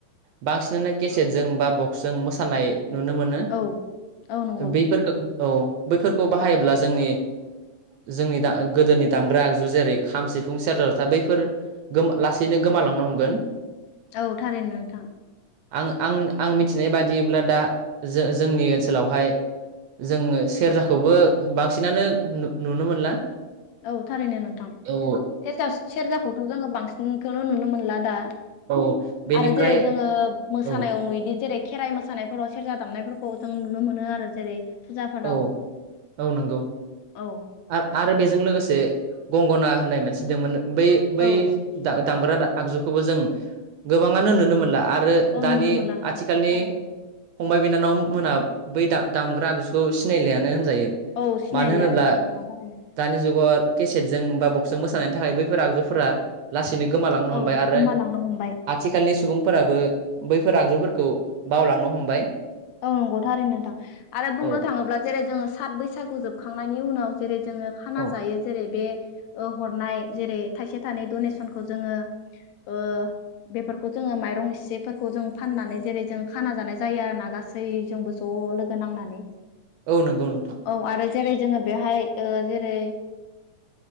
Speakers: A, on the right; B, on the left.
A: बांसिनानो केसेटजों बा बक्सजों मोसानाय नुनो मोनो
B: औ औ नंगौ
A: बेैफोरखौ औ बैफोरखौ बाहायोब्ला जोंनि जोंनि दा गोदोनि दामग्रा आगजु जेरै खाम सि फुं सेरजा जथा बैफोर गोमा लासैनो गोमालांनो हमगोन
B: औ थारैनो नोंथां।
A: आं आं आं मिथिनाय बादिब्ला दा जो जोंनि ओनसोलावहाय जोङो सेरजाखौबो बांसिनानो नुनो मोनला।
B: औ थारैनो नोंथां
A: औ
B: सेरजा सेरजाखौथ' जोङो बांसिनखौनो नुनो मोनला दा
A: औ। बेनिफ्राय
B: आरो जेरै जोङो मोसानायाव
A: औ
B: नुयोदि जेरै खेराइ मोसानायफोराव सेरजा दामनायफोरखौ जों नुनो मोनो आरो जेरै फुजाफोराव
A: औ औ नंगौ
B: औ
A: आरो आरो बेजों लोगोसे गंगना होननाय मानसे दंमोन बै बै
B: औ
A: दामग्रा आगजुखौबो जों गोबांआनो नुनो मोनला आरो आरो
B: औ
A: दानि
B: नुनो मोनला नोंथां
A: आथिखालनि
B: थारैनो
A: फंबाय बिनानाव मोना बै दा दामग्रा आगजुखौ सिनायलियानो होन जायो
B: औ सिनायलिया
A: मानो होनोब्ला
B: नंगौ नोंथां थारैनो
A: दानि जुगाव केसेटजों बा बक्स जों मोसानायनि थाखाय बैफोर आगजुफोरा लासैनो गोमालांनो
B: औ
A: हमबाय आरो
B: गोमालांनो हमबाय
A: आथिखालनि सुबुंफोराबो बैफोर आगजुफोरखौ बावलांनो हमबाय
B: औ नंगौथारै नोंथां आरो बुंनो
A: औ
B: थाङोब्ला जेरै जोङो सात बैसागु जोबखांनायनि उनाव जेरै जोङो खाना
A: औ
B: जायो जेरै बे हरनाय जेरै थाइसे थाइनै डनेसनखौ जोङो ओ बेफोरखौ जोङो माइरं इसेफोरखौ जों फाननानै जेरै जों खाना जानाय जायो आरो ना गासैबो गासैजोंबो ज' लोगो नांनानै
A: औ नंगौ नोंथां
B: औ आरो जेरै जोङो बेहाय जेरै